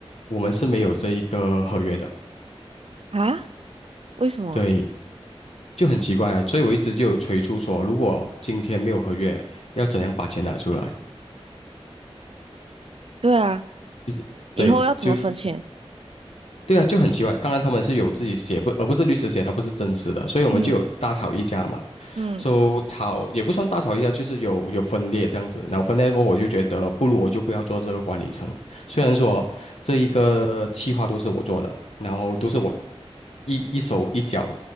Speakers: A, on the left; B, on the right.
A: 我们是没有这一个合约的。
B: 啊，为什么？
A: 对，就很奇怪啊。所以我一直就有催促说，如果今天没有合约，要怎样把钱拿出来？
B: 对啊，
A: 就是对，
B: 以后要怎么分钱？
A: 就对啊，就很奇怪。当然他们是有自己写不，而不是律师写，他不是真实的，所以我们就有大吵一架嘛。
B: 嗯嗯，
A: so, 吵也不算大吵一架，就是有有分裂这样子。然后分裂过后，我就觉得不如我就不要做这个管理层，虽然说这一个企划都是我做的，然后都是我一一手一脚